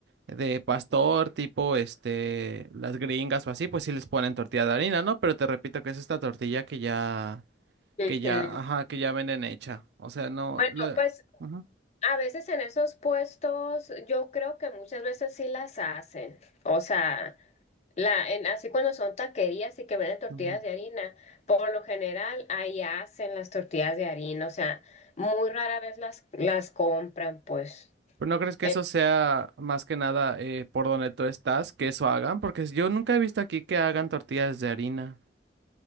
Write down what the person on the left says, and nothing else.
Ujú.
Bueno,
pues
a veces en esos puestos yo creo que muchas veces sí las hacen, o sea... La, en- así cuando son taquerías y que venden tortillas
de harina, por lo general ahí hacen las tortillas de harina, o sea, muy rara vez las, las compran, pues.
Eh,